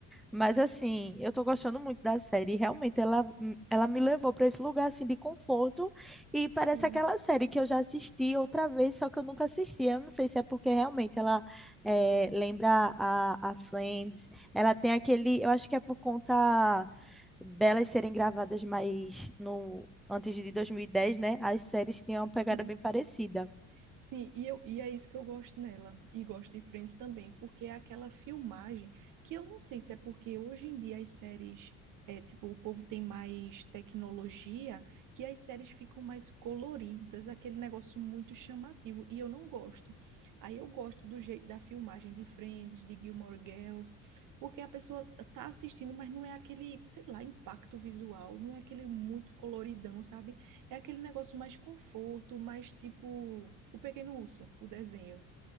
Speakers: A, in the centre; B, on the right (about 60°).
A: mas assim, eu tô gostando muito da série. e Realmente, ela, hum, ela me levou para esse lugar assim de conforto e parece
B: sim,
A: aquela série que eu já assisti outra vez, só que eu nunca assisti. Eu não sei se é porque realmente ela eh, lembra a, a Friends. Ela tem aquele, eu acho que é por conta delas serem gravadas mais no antes de 2010, né? As séries tinham uma pegada
B: sim,
A: bem
B: sim.
A: parecida.
B: Sim, e, eu, e é isso que eu gosto nela, e gosto de Friends também, porque é aquela filmagem que eu não sei se é porque hoje em dia as séries, é, tipo, o povo tem mais tecnologia, que as séries ficam mais coloridas, aquele negócio muito chamativo, e eu não gosto. Aí eu gosto do jeito da filmagem de Friends, de Gilmore Girls, porque a pessoa tá assistindo, mas não é aquele, sei lá, impacto visual, não é aquele muito coloridão, sabe? É aquele negócio mais conforto, mais tipo o Pequeno Urso, o desenho.